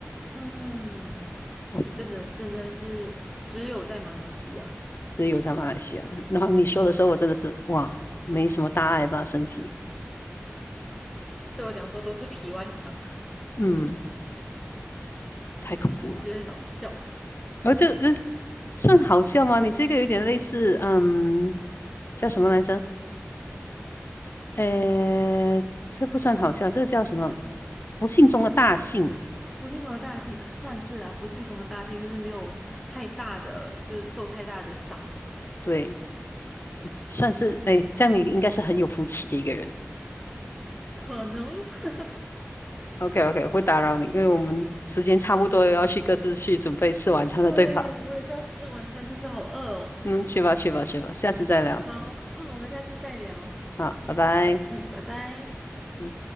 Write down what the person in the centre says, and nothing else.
嗯，
真的真的是只有在马来西亚，
所以我讲说都是皮外伤，
<laughs> 就觉得很好笑。
不幸中的大幸啊，算是啦、不幸中的大幸就是没有太大的，就是受太大的伤。
可能，<laughs>
对，
我也是要吃晚餐，肚子好饿哦。
好，嗯，我们下次再聊。
嗯，拜拜。